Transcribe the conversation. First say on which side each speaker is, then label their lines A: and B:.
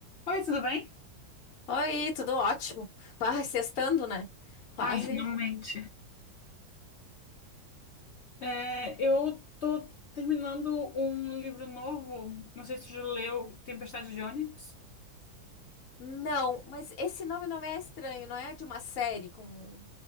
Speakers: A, on the left; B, on the left.
A: Oi, tudo bem?
B: Oi, tudo ótimo. Vai, sextando, né? Quase.
A: Ai, finalmente. É, eu tô terminando um livro novo, não sei se tu já leu Tempestade de Ônix.
B: Não, mas esse nome não é estranho, não é de uma série com,